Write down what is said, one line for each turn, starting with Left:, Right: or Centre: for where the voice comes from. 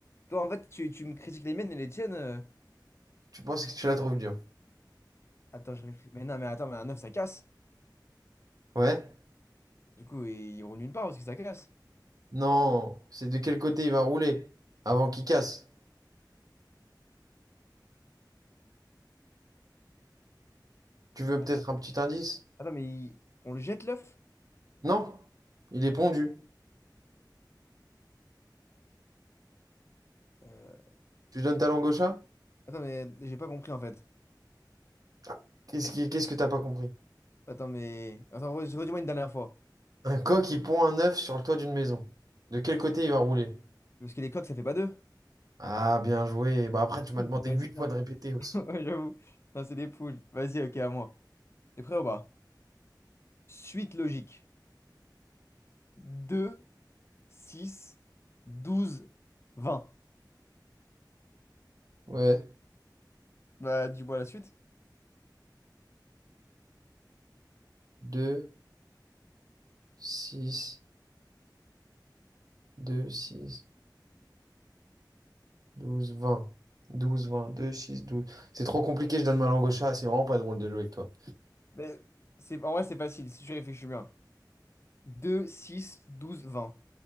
Left: Toi, en fait, tu, tu me critiques les miennes et les tiennes. euh,
Right: Tu penses que tu la trouves dure?
Left: Attends, je réfléchis. Mais non, mais attends, mais un œuf, ça casse.
Right: Ouais?
Left: Du coup, il, il roule nulle part parce que ça casse.
Right: Non, c'est de quel côté il va rouler avant qu'il casse. Tu veux
Left: Attends,
Right: peut-être un petit indice?
Left: attends, mais il- on le jette l'œuf?
Right: Non? Il est pondu.
Left: Euh,
Right: Tu donnes ta langue au chat?
Left: Attends, mais j'ai pas compris en fait.
Right: Ah, Qu'est-ce qui- qu'est-ce que t'as pas compris?
Left: Attends, mais. Attends, re- redis-moi une dernière fois.
Right: Un coq qui pond un œuf sur le toit d'une maison. De quel côté il va rouler?
Left: Parce que les coqs, ça fait pas deux?
Right: Ah, bien joué. Bah, après,
Left: Les
Right: tu
Left: poules,
Right: m'as demandé
Left: Ouais,
Right: huit
Left: c'est
Right: fois
Left: ça.
Right: de répéter aussi.
Left: <laughs> Ouais, j'avoue. Non, c'est des poules. Vas-y, ok, à moi. T'es prêt ou pas? Suite logique. 2, 6, 12, 20.
Right: Ouais,
Left: Bah, dis-moi la suite.
Right: Deux six deux six douze vingt douze vingt deux six douze. C'est trop compliqué, je donne ma langue au chat, c'est vraiment pas drôle de jouer avec toi.
Left: Mais c'est... En vrai, c'est facile si tu réfléchis bien. 2 6 12 20.